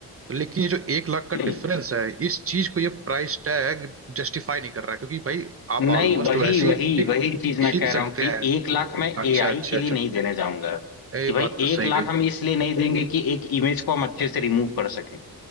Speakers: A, on the right; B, on the left.
A: तो लेकिन ये जो एक लाख का
B: हम्म।
A: डिफरेंस है इस चीज को ये प्राइस टैग जस्टिफाई नहीं कर रहा है क्योंकि भाई आप
B: नहीं
A: ऑलमोस्ट
B: वही
A: वैसे
B: वही
A: ही pic
B: वही चीज मैं
A: खींच
B: कह
A: सकते
B: रहा हूँ कि
A: हैं
B: एक लाख मैं
A: अच्छा
B: एआई
A: अच्छा
B: के
A: अच्छा
B: लिए नहीं देने जाऊंगा
A: ये
B: कि भाई
A: बात तो
B: एक
A: सही
B: लाख
A: गई
B: हम इसलिए नहीं देंगे कि एक इमेज को हम अच्छे से रिमूव कर सकें